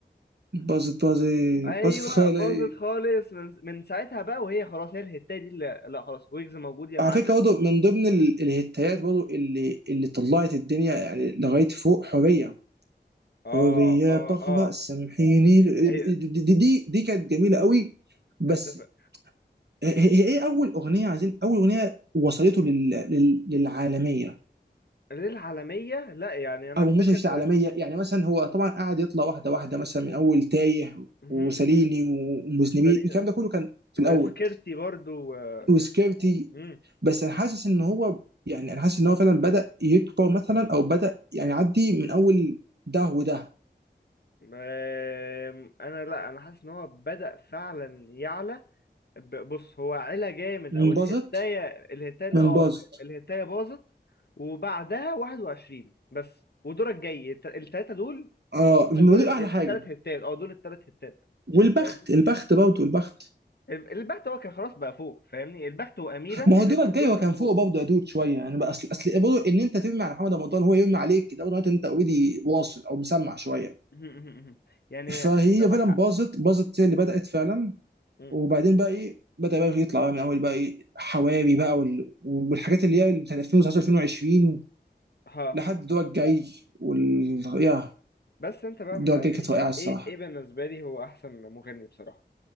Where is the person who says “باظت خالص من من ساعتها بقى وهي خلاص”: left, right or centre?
Left